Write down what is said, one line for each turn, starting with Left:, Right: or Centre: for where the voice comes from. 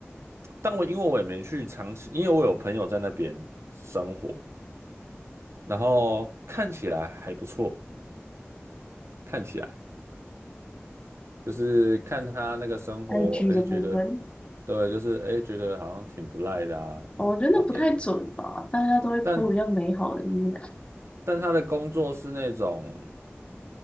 Right: 但我因为我也没去长期，因为我有朋友在那边生活，然后看起来还不错，看起来就是看他那个生活，
Left: IG
Right: 哎，
Left: 的部分，
Right: 觉得对，就是哎，觉得好像挺不赖的啊。
Left: 哦我觉得那不太准吧，
Right: 然后，因
Left: 大家都会 p
Right: 但
Left: 比较美好的一面。
Right: 但他的工作是那种。